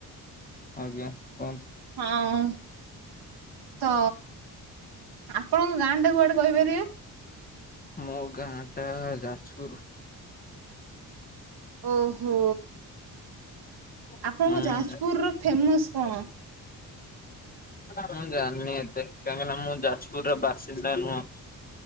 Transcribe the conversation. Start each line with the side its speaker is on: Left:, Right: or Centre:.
Left: ଆଜ୍ଞା କୁହନ୍ତୁ?
Right: ହଁ ତ, ଆପଣଙ୍କ ଗାଁ ଟା କୁଆଡେ କହିପାରିବେ?
Left: ମୋ ଗାଁ ଟା ଯାଜପୁର
Right: ଓହୋ,
Left: ହୁଁ।
Right: ଆପଣଙ୍କୁ ଯାଜପୁର ର ଫେମସ କଣ?
Left: ମୁଁ ଜାଣିନି ଏତେ କାହିଁକିନା ମୁଁ ଯାଜପୁର ର ବାସିନ୍ଦା ନୁହଁ।